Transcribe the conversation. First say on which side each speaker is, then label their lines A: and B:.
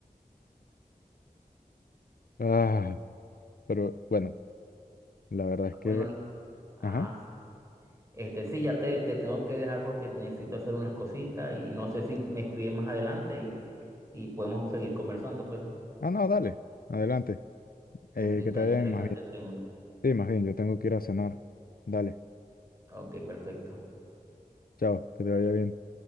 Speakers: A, on the left; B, on the right.
A: Ah, pero bueno, la verdad es que...
B: Bueno, ajá.
A: Ajá.
B: Este, sí, ya te, te tengo que dejar porque necesito hacer unas cositas y no sé si me escribes más adelante y, y podemos seguir conversando, pues.
A: Ah, no, dale, adelante. Eh,
B: Sí, sí,
A: que
B: está
A: te
B: interesante
A: vaya más bien.
B: el tema.
A: Sí, más bien, yo tengo que ir a cenar. Dale,
B: Ok, perfecto.
A: chao, que te vaya bien.